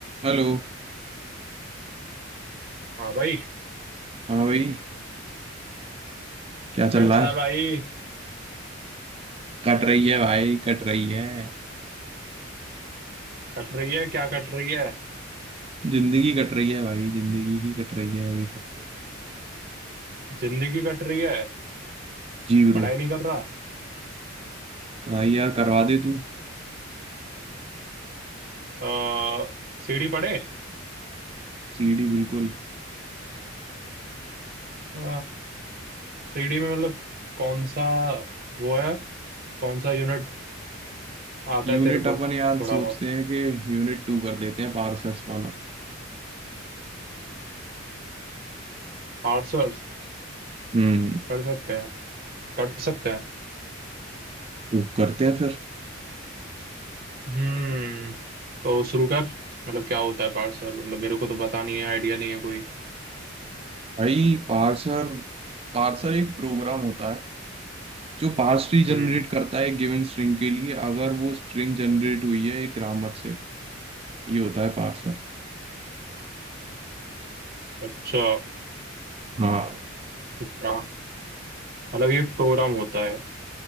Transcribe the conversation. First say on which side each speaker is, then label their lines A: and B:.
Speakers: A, on the right (about 30°); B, on the right (about 50°).
A: Hello
B: हाँ भाई
A: हाँ भाई क्या चल
B: कैसा
A: रहा है
B: है भाई
A: कट रही है भाई कट रही है
B: कट रही है क्या कट रही है
A: जिंदगी कट रही है भाई जिंदगी ही कट रही है अभी तक तो
B: जिंदगी कट रही है
A: जी ब्रो
B: पढ़ाई नहीं कर रहा
A: पढ़ाई यार करवा दे तू
B: आ, सीढ़ी पढ़े
A: सीडी बिल्कुल
B: आ, सीढ़ी में मतलब कौन सा वो है कौन सा यूनिट आता
A: यूनिट
B: है तेरे
A: अपन
B: को
A: यार
B: थोड़ा
A: सोचते
B: बहुत
A: हैं कि यूनिट टू कर देते हैं पार्सर्स वाला
B: आर्ट्स
A: हम्म
B: कर सकते हैं कर सकते हैं
A: तो करते हैं फिर
B: हम्म तो शुरू कर मतलब क्या होता है पार्सल मतलब मेरे को तो पता नहीं है आइडिया नहीं है कोई
A: भाई पार्सर पार्सर एक प्रोग्राम होता है जो पार्स ट्री जनरेट
B: हम्म
A: करता है गिवन स्ट्रिंग के लिए अगर वो स्ट्रिंग जनरेट हुई है एक ग्रामर से ये होता है पार्सर
B: अच्छा
A: हाँ
B: इतना मतलब ये प्रोग्राम होता है